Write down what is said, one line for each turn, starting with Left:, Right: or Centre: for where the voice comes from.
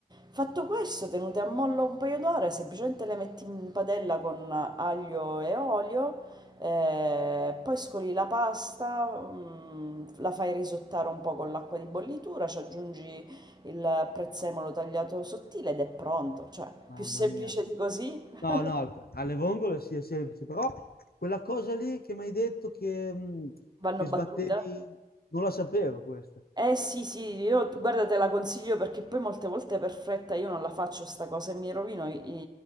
Right: Fatto questo, tenute a mollo un paio d'ore, semplicemente le metti in padella con aglio e olio, eh, poi scoli la pasta, mm, la fai risottare un po' con l'acqua di bollitura, ci aggiungi il prezzemolo tagliato sottile ed è pronto. Cioè,
Left: mamma
Right: più semplice
Left: mia.
Right: di così, <laughs>
Left: No, no, alle vongole sì, è semplice, però quella cosa lì che mi hai detto che, mh,
Right: vanno
Left: che
Right: battute.
Left: sbattevi, non la sapevo questa.
Right: Eh sì, sì, io guarda te la consiglio perché poi molte volte per fretta io non la faccio sta cosa e mi rovino i-